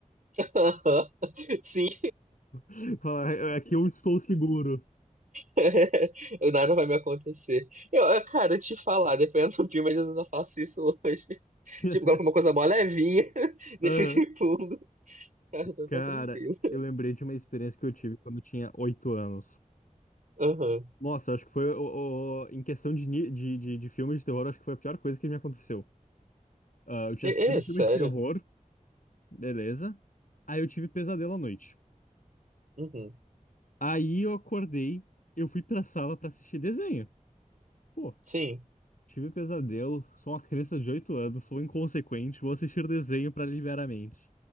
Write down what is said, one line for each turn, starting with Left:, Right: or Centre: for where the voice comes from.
Right: <laughs> Sim,
Left: <laughs> Fala, aqui eu estou seguro.
Right: <laughs> Nada vai me acontecer. Eu, eh, cara, te falar, dependendo do filme, às vezes eu não faço isso hoje. <laughs>
Left: <laughs>
Right: Tipo, coloco uma coisa mó levinha, <laughs>
Left: Aham.
Right: deixa de fundo. <laughs> Tá, tá
Left: Cara,
Right: tá tranquilo.
Left: eu lembrei de uma experiência que eu tive quando eu tinha oito anos.
Right: Aham.
Left: Nossa, acho que foi o, o- em questão de, ni- de, de, de filme de terror, acho que foi a pior coisa que me aconteceu. Ah, eu tinha
Right: É,
Left: assistido um
Right: é,
Left: filme
Right: sério.
Left: de terror, beleza. Aí eu tive pesadelo à noite.
Right: Uhum.
Left: Aí eu acordei, eu fui pra sala pra assistir desenho. Pô,
Right: Sim.
Left: tive pesadelo, sou uma criança de oito anos, sou inconsequente, vou assistir desenho pra aliviar a mente.